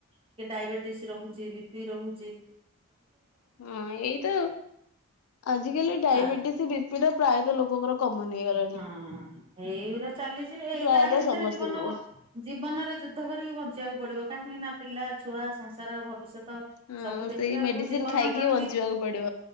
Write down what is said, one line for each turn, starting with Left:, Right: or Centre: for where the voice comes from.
Right: ଟିକେ ଡାଇବେଟିସ୍ ରହୁଚି ବିପି ରହୁଚି।
Left: ହୁଁ ଇଏତ ଆଜିକାଲି ଡାଇବେଟିସ୍
Right: ତା
Left: ବିପି ପ୍ରାୟତଃ ଲୋକଙ୍କର କମନ ହେଇଗଲାଣି।
Right: ହଁ ଏଇଗୁରା ଚାଲିଚି ଏଇ
Left: ପ୍ରାୟତଃ
Right: ତାରି ଭିତରେ
Left: ସମସ୍ତଙ୍କୁ
Right: ଜୀବନ ବ ଜୀବନରେ ଯୁଦ୍ଧ କରିକି ବଞ୍ଚିବାକୁ ପଡିବ କାହିଁକି ନା ପିଲା, ଛୁଆ, ସଂସାର, ଭବିଷ୍ୟତ
Left: ହଁ
Right: ସବୁ ଦେଖିବାକୁ
Left: ସେଇ ମେଡିସିନ
Right: ଜୀବନ
Left: ଖାଇକି
Right: ପ୍ରତି
Left: ବଞ୍ଚିବାକୁ ପଡିବ।